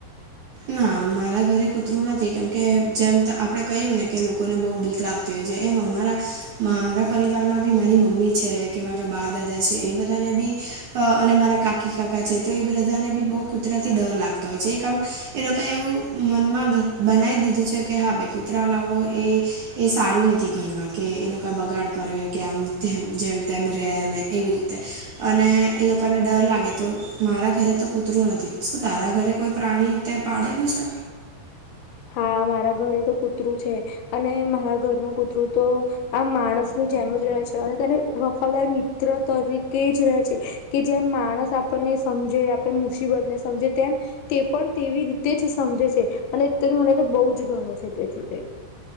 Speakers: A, on the right; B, on the left.
A: ના મારા ઘરે કૂતરું નથી કેમ કે જેમ ત આપડે કહ્યું ને કે લોકોને બઉ બીક લાગ કે જે એમ અમારા મારા પરિવારમાં બી મારી મમ્મી છે કે મારા બા દાદા છે એ બધાને બી અ અને મારા કાકી કાકા છે તો એ બધાને બી બઉ કુતરાથી ડર લાગતો હોય છે એક કામ એ લોકો એવું મનમાં વી બનાવી દીધું છે કે હા ભાઈ કૂતરા લાવો એ એ સારું નથી ધરમા કે એ લોકો બગાડ કરે કે આમ તેમ જેમ તેમ રે ને એવી રીતે અને એ લોકાને ડર લાગે તો મારા ઘરે તો કૂતરું નથી શું તારા ઘરે કોઈ પ્રાણી કાઈ પાડેલું છે?
B: હા મારા ઘરે તો કૂતરું છે અને મારા ઘરનું કૂતરું તો આ માણસની જેમ જ રહે છે, અને તેને વફાદાર મિત્ર તરીકે જ રહે છે. કે જેમ માણસ આપણને સમજે આપણે મુસીબતને સમજે તેમ તે પણ તેવી રીતે જ સમજે છે અને તે મને તો બહુ જ ગમે છે તેથી તે